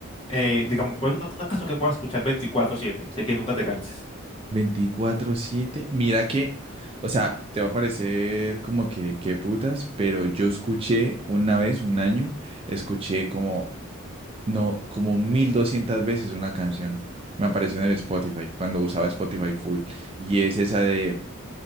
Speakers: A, on the left; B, on the right.
A: eh, digamos, pues una, una canción que puedas escuchar 24/7, sé que nunca te canses.
B: veinticuatro siete Mira que, o sea, te va a parecer como que, que putas, pero yo escuché una vez, un año, escuché como, no, como 1200 veces una canción. Me apareció en el Spotify, cuando usaba Spotify full. Y es esa de,